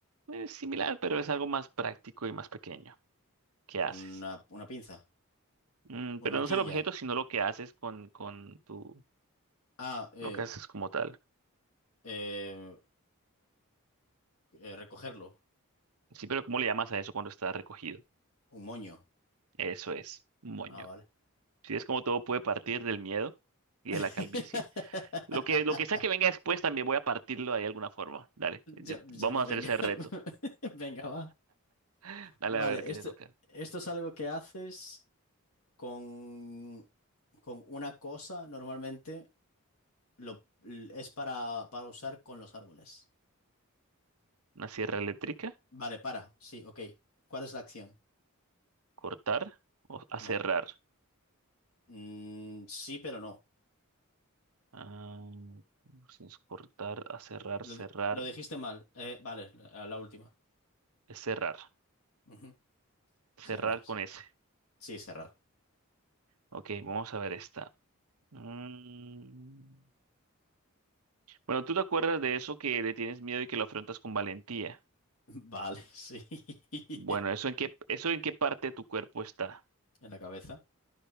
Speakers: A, on the right (about 85°); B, on the left (about 80°).
A: eh, similar, pero es algo más práctico y más pequeño. ¿Qué haces?
B: Una, una pinza.
A: Mm, pero
B: Una horquilla.
A: no es el objeto, sino lo que haces con, con tu
B: Ah, eh,
A: lo que haces como tal.
B: eh, eh, recogerlo.
A: Sí, pero ¿cómo le llamas a eso cuando está recogido?
B: Un moño.
A: Eso es, moño.
B: Ah, vale.
A: Si es como todo puede partir del miedo y de
B: <laughs>
A: la calvicie. Lo que, lo que sea que venga después también voy a partirlo de alguna forma. Dale, eh,
B: Ya-
A: vamos
B: ya,
A: a hacer
B: venga.
A: ese
B: <laughs>
A: reto.
B: Venga, va.
A: <laughs> Dale
B: Vale,
A: a ver qué
B: esto,
A: te toca.
B: esto es algo que haces con, con una cosa, normalmente lo, es para, para usar con los árboles.
A: Una sierra eléctrica,
B: Vale, para, sí, ok. ¿Cuál es la acción?
A: cortar o aserrar.
B: No. Mm, sí, pero no.
A: Ah, si es cortar, aserrar,
B: Lo,
A: cerrar.
B: di- lo dijiste mal. Eh, vale, la, la última.
A: Es cerrar.
B: Ujú.
A: Cerrar
B: Cerrar, sí.
A: con ese.
B: Sí, cerrar.
A: Ok, vamos a ver esta. Mm. Bueno, ¿tú te acuerdas de eso que le tienes miedo y que lo afrontas con valentía?
B: <laughs> Vale, sí. <laughs>
A: Bueno, ¿eso en qué, eso en qué parte de tu cuerpo está?
B: En la cabeza,